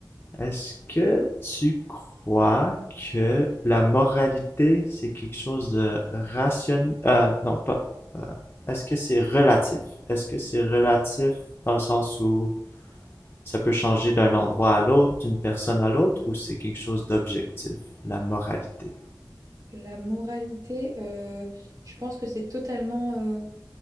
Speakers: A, on the left; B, on the right.
A: Est-ce que tu crois que la moralité, c'est quelque chose de rationnel? Euh, non, pas. euh, est-ce que c'est relatif? Est-ce que c'est relatif dans le sens où ça peut changer d'un endroit à l'autre, d'une personne à l'autre, ou c'est quelque chose d'objectif, la moralité?
B: La moralité, euh, je pense que c'est totalement euh,